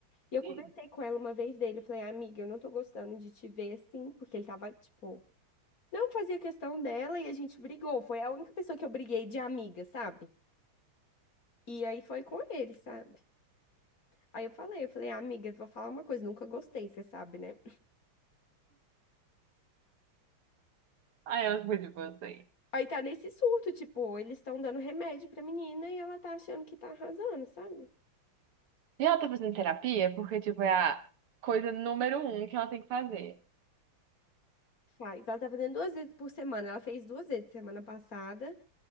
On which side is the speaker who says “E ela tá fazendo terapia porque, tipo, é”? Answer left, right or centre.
Right